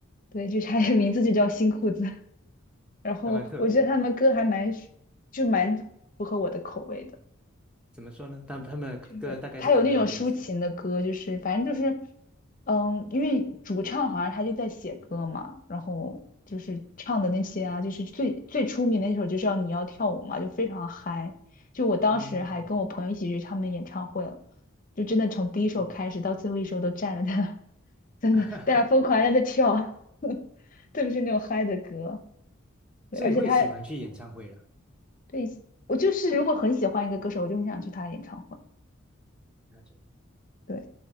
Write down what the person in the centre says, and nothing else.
还蛮特别的。
怎么说呢？他他们的歌大概是怎么样的类型？
嗯，
啊、
<laughs>
所以会喜欢去演唱会啦。
了解。